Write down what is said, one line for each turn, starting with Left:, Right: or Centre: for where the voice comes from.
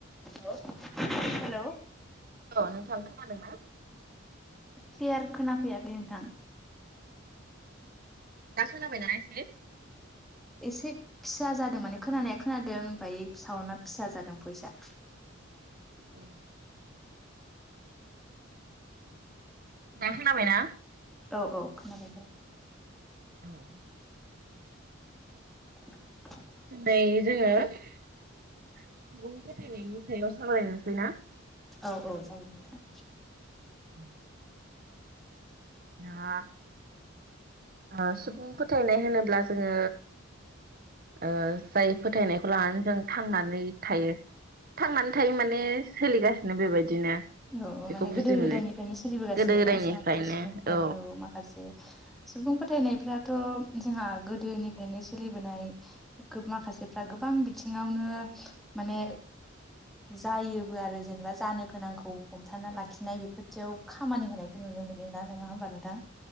Centre: हेलौ हेलौ
Right: औ नोंथां खोनादोंना?
Centre: क्लियार खोनाफैयाखै नोंथां?
Right: दा खोनाबायना एसे
Centre: एसे फिसा जादों माने खोनानाया खोनादों ओमफाय सावनना फिसा जादों भयिसा
Right: औ दा खोनाबाय ना?
Centre: औ औ खोनाबाय दा।
Right: औ
Centre: <inaudible>
Right: नै जोङो सुबुं फोथायनायनि‌ सा सायाव सावरायनोसै ना?
Centre: औ औ जागोन नोंथां।
Right: उम ओ ओ सुबुं फोथायनाय होनोब्ला जोङो ओ जाय फोथायनायखौ लानानै जों थांनानै थायो थांनानै थायो माने सोलिगासिनो बेबायदिनो
Centre: औ
Right: बेखौ
Centre: माने गोदो
Right: बुजि मोनो
Centre: गोदायनिफ्रायनो सोलिबोगासिनो
Right: गोदो गोदायनिफ्रायनो
Centre: ना माखासे सुबुं
Right: औ
Centre: माखासे सुबुं फोथायनायफ्राथ जोंहा गोदोनिफ्रायनो सोलिबोनाय ओ माखासेफ्रा गोबां बिथिङावनो माने जायोबो आरो जेनेबा जानो गोनांखौ हमथाना लाखिनाय बेफोरथियाव खामानि होनायखौ नुनो मोनो ना नङा होमबा नोंथां?